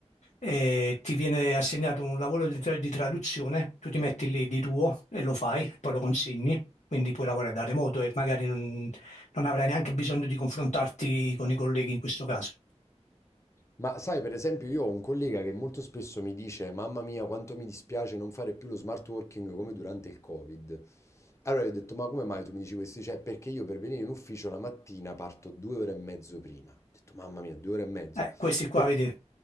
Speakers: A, on the left; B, on the left.
A: e ti viene assegnato un lavoro di, tra- di traduzione, tu ti metti lì di tuo e lo fai, poi lo consegni, quindi puoi lavorare da remoto e magari non, non avrai neanche bisogno di confrontarti con i colleghi in questo caso.
B: Ma sai, per esempio, io ho un collega che molto spesso mi dice: Mamma mia, quanto mi dispiace non fare più lo smart working come durante il Covid. Allora gli ho detto: Ma come mai tu mi dici questo? Cioè, perché io per venire in ufficio la mattina parto due ore e mezzo prima. Ho detto: Mamma mia, due ore e mezzo.
A: Eh, questi qua,
B: Perché-
A: vedi,